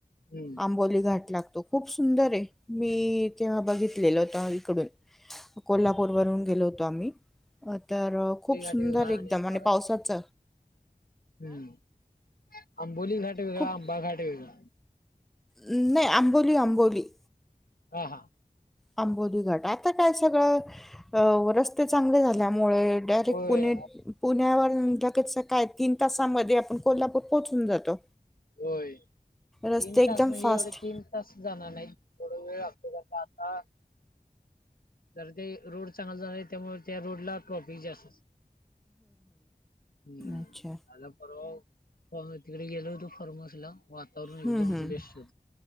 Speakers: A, on the left; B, in the centre.
A: हम्म
B: आंबोली घाट लागतो खूप सुंदर आहे मी तेवा बघितलेललं होत इकडून कोल्हापूर वरून गेलो होतो आम्ही अ तर खूप सुंदर
A: आंबोली घाट वेगळा
B: एकदम
A: आंबा
B: आणि
A: घाट
B: पावसाच
A: वेगळा. हम्म आंबोली घाट वेगळा
B: खूप
A: आंबा घाट वेगळा.
B: नाही आंबोलली आंबोलली
A: ह हां
B: आंबोली घाट आता काय सगळं अ रस्ते चांगले झाल्यामुळे डयरेक्ट
A: होय
B: पुणे पुण्यावर म्ह लगेच सकाळ तीन तासामध्ये आपण कोल्हापूर पोहोचून जातो
A: होय तीन
B: रस्ते एकदम
A: तास म्हणजे
B: फास्ट
A: एवढे तीन तस जाणार नाही थोड वेळ लागतो तर आता जर ते रोड चांगला झाला त्यामुळे त्या रोड ला ट्रॉफिक जातो हम्म झाला
B: अच्छा
A: परवा तिकडे गेलो होतो फर््मस ला वातावरण
B: हम्म
A: एकदम
B: हम्म
A: बेस्ट होत